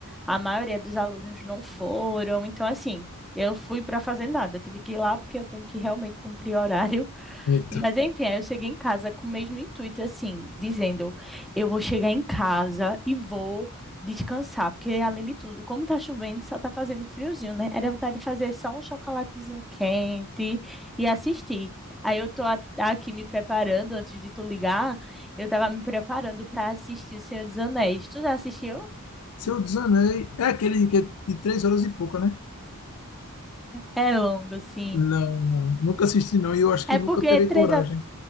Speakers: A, in the centre; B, on the left.
A: a maioria dos alunos não foram. Então, assim, eu fui para fazer nada. tive que ir lá porque eu tenho que realmente cumprir horário.
B: Eita.
A: Mas enfim, aí eu cheguei em casa com o mesmo intuito, assim, dizendo: eu vou chegar em casa e vou descansar, porque além de tudo, como tá chovendo, só tá fazendo friozinho, né? Era vontade de fazer só um chocolatezinho quente e assistir. Aí eu tô a- aqui me preparando, antes de tu ligar, eu tava me preparando para assistir O Senhor dos Anéis. Tu já assistiu?
B: Se eu desanei, é aquele que é de três horas e pouca, né?
A: É longo, sim.
B: Não, não. Nunca assisti, não, e eu acho
A: É
B: que eu nunca
A: porque
B: terei
A: três
B: coragem.